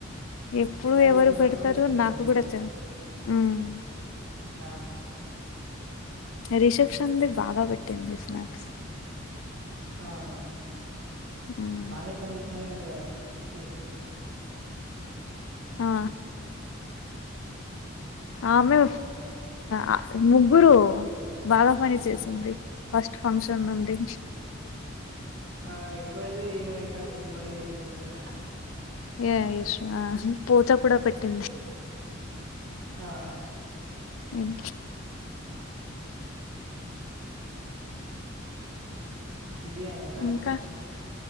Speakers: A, on the left; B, on the right.
A: ఎప్పుడు
B: స్నాప్
A: ఎవరు
B: జుసిన్
A: పెడతారు
B: మాత్రమ్ మీ ఫ్రెండ్
A: నాకు
B: యష్
A: కూడా చ ఉమ్
B: ఆ
A: రిసెప్షన్ది బాగా పెట్టింది స్నాప్స్
B: ఆ అ
A: ఉమ్
B: బానే పనిజేసిందనుకుంట్ అ యషు
A: ఆ ఆమె ఆ ముగ్గురు బాగా పని చేసింది ఫస్ట్ ఫంక్షన్ నుండి
B: ఆ ఎక్కువైతే ఈమనె చేస్తా ఈమనె జెసిన్దనుకుంటా
A: ఏ యషు అహ్ పోతో కూడా పెట్టింది
B: ఆహ్
A: ఎం
B: బిజీ ఐన తానిప్పుడు
A: ఇంకా